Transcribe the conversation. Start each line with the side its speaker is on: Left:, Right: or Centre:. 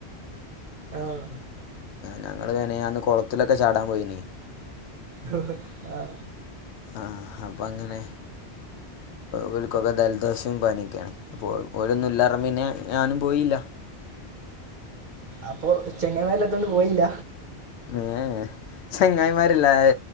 Right: ആഹ്
Left: ഞങ്ങള് മെനയാന്ന് കൊളത്തിലൊക്കെ ചാടാൻ പോയിനി
Right: ഓ ആഹ്
Left: ആഹ അപ്പങ്ങനെ വൽകൊക്കെ ദൽദോസും പനിയൊക്യാണ് അപ്പൊ ഓരൊന്നും ഇല്ലർഞപ പിന്നെ ഞാനും പോയില്ല
Right: അപ്പൊ ചെങ്ങയ്മാരില്ലാത്തൊണ്ട് പോയില്ല
Left: ഏ ചെങ്ങായിമാരില്ലാതെ